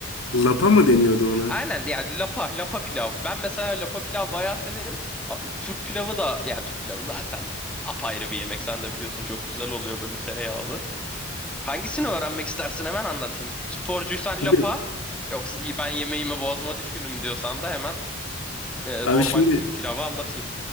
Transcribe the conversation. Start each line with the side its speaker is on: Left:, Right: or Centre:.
Left: Lapa mı deniyordu ona?
Centre: Aynen yani lapa lapa pilav. Ben mesela lapa pilav bayağı severim. A- Türk pilavı da ya Türk pilavı zaten apayrı bir yemek sen de biliyorsun çok güzel oluyor böyle tereyağlı. Hangisini öğrenmek istersin hemen anlatayım. Sporcuysan
Left: Abi,
Centre: lapa, yoksa ben yemeğime boğazıma düşkünüm diyorsan da hemen e,
Left: abi
Centre: normal
Left: şimdi
Centre: bizim pilavı anlatayım.